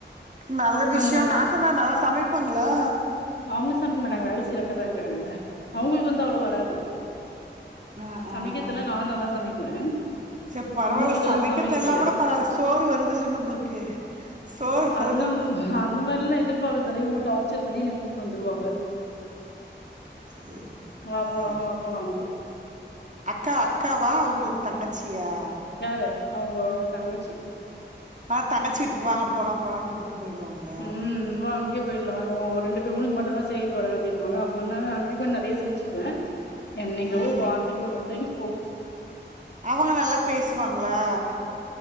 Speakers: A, on the right; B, on the left.
A: நல்ல விஷ்யம்
B: அந்த மாரி
A: நாத்தனா நல்லா சமைப்பாங்களா
B: அவ்ங்க சமைக்க மாட்டாங்க வேல செய்ற அக்காதா இருக்காங்கள்ள அவங்களுக்கு வந்து அவ்ளோ வராது
A: ஆ ஆ
B: சமைக்கிறதெல்லா
A: ஆ
B: நா நல்லா சமைக்குவே
A: சேர் பரவாயில்ல
B: அவங்களுக்கெல்லா
A: சமைக்க தெரியலனா
B: தெரியாது
A: கூட பரவால சோறு வருதுல நம்மளுக்கு சோறு
B: அந்த
A: அதுதான்.
B: ம் அந்த மாரில்லா எதிர் பாக்றதுல இங்க டார்ச்சர் பண்ணி எனக் கூட்டுன்னு வந்துருவாங்க
A: சேரி
B: வா போலா
A: சேரி
B: வா போலான்ட்டு
A: அக்கா அக்காவா அவங்ளுக்கு தங்கச்சியா
B: யார் அவங்க தங்கச்சி
A: அ தங்கச்சி வீட்டுக்கு வாங்க போலாம் போலாம்னு கூட் போய்டுவாங்களா
B: ம் வா அங்கயே போயிடலாம் இல்ல ஓன் ரெண்டு பேர் உனக்கு மட்டுன்தா செய்ய போறே அப்டின்னுவாங்க ஒண்ணா தா அங்கயு கொஞ்சோ நெறைய செஞ்சிக்குவேன் என்னைக்கோ
A: ஆ
B: ஒரு வார்த்துக்கு ஒரு வாட்டி தா அங்க போவோ
A: அவங்க நல்லா பேசுவாங்களா